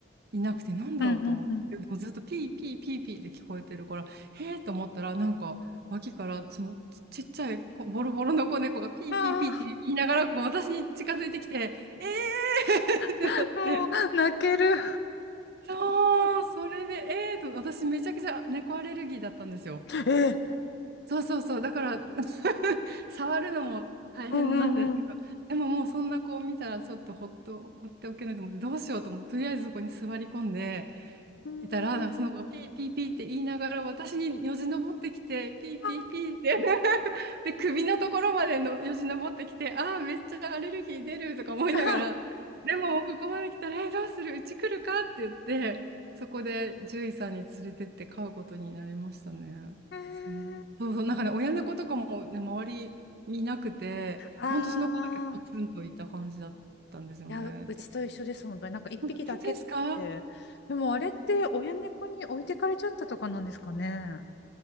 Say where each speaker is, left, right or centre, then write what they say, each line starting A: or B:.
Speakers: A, on the right; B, on the left.
A: いなくて、なんだろうと思って、
B: うん、うん。
A: でもずっとピーピーピーピーって聞こえてるから、へえと思ったら、なんか、脇からそのち、ちっちゃい子ボロボロの子猫がピーピーピーって言いながらこう私に近づいてきて、
B: あ
A: えーってなって。
B: あ、もう、泣ける。
A: そう、それで、えーと、私めちゃくちゃ猫アレルギーだったんですよ。
B: <laughs> え
A: そうそうそう、だから <laughs> 触るのも大変なんですけど、
B: うん、うん、
A: でももうそんな子を見たらちょっとほっと、ほっておけないと思って、どうしようと思って、とりあえずそこに座り込んで
B: うん。
A: いたら、なんかその子がピーピーピーって言いながら、
B: うーん。
A: 私によじ登ってきて、ピーピーピーって
B: あ
A: で、首のところまでのよじ登ってきて、ああ、めっちゃアレルギー出るとか思いながら、
B: ー
A: でももうここまで来たら、え、どうするうち来るかって言って、そこで獣医さんに連れてって飼うことになりましたね。
B: <laughs> えー
A: そう、そうそう、なんかね、親猫とかもね、周り見なくて、
B: あ
A: ほんとその子だけポツンといた感じだったんですよね。
B: ー。いや、うちと一緒です、
A: で、
B: 本当に。なんか一匹だけって。
A: 本当ですか
B: でもあれって親猫に置いてかれちゃったとかなんですかね。